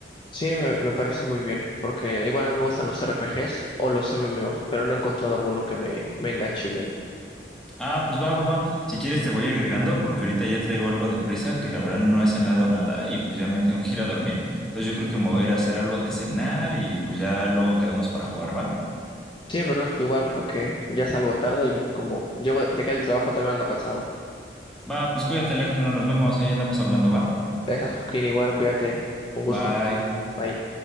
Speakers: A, on the left; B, in the centre.
A: Sí, me, me parece muy bien, porque igual a mí me gustan los RPGs o los MMOs, pero no he encontrado alguno que me, me enganche bien.
B: Ah, pues va, va, va. Si quieres te voy agregando porque ahorita ya traigo algo de prisa que la verdad no he cenado nada y pues ya me tengo que ir a dormir. Entonces yo creo que me voy a ir a hacer algo de cenar y pues ya luego quedamos para jugar, ¿va?
A: Sí, perfecto, igual, porque ya salgo tarde y como llego, llegué al trabajo también ando cansado.
B: Va, pues cuídate, Alejandro, nos vemos, ahí andamos hablando, ¿va?
A: Gracias, Joaquín, igual, cuídate. Un gusto.
B: Bye.
A: Bye.